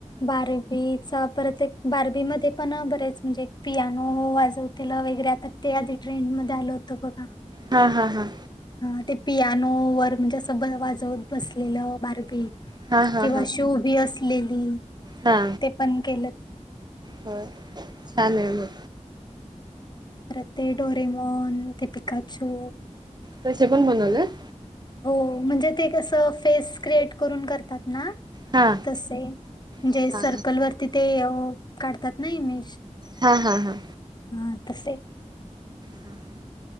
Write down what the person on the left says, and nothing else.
बार्बी चा परत एक बार्बी मध्ये पण बरेच म्हणजे पियानो वाज तिला वगैरे आता ते आधी ट्रेंड मध्ये आल होतं बघा.
हा. ते पियानो वर म्हणजे असं ब वाजवत बसलेलं बार्बी
किंवा
शू बी असलेली
ते पण केल.
परत ते डोरेमॉन ते पिकाचो.
हो. म्हणजे ते कसं फेस क्रिएट करून करतात ना
तसे म्हणजे
सर्कल
वरती ते काढतात ना इमेज.
हां तसे